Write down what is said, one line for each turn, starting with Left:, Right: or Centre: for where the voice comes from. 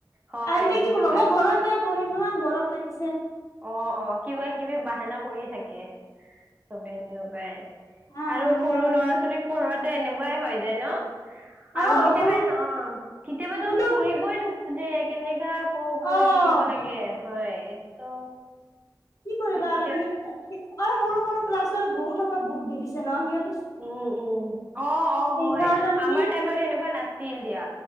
Right: হয়
Left: ইহঁতি
Right: সেইটোতো
Left: কি ক'ব
Right: হয়
Left: মই ঘৰত যাই পঢ়িম হা গৰম লাগিছে।
Right: অ'- অ' কিবা কিবি বাহানা কৰি থাকে চবে। এনেকুৱাই
Left: হা
Right: আৰু
Left: এনেকে
Right: সৰু
Left: মানে
Right: ল'ৰা ছোৱালীক পঢ়োৱাতে এনেকুৱাই হৈ যায় ন। আৰু
Left: অ'
Right: কেতিয়াবা
Left: সৰু
Right: অ'কেতিয়াবাতো
Left: কোনটো
Right: পঢ়িবই নুখোযে কেনেকা আকৌ কৰি
Left: অ'
Right: থাকিব লাগে হয়, এইটোতো
Left: কি কৰিবা
Right: তেতিয়া
Left: আৰু সি সৰু- সৰু ক্লাছৰ বহুতকে বুক দি দিছে ন সিহত
Right: উম- উম অ'- অ' হয়,
Left: এঘাৰটা নেকি
Right: আমাৰ টাইমত এনেকুৱা নাছিল দিয়া।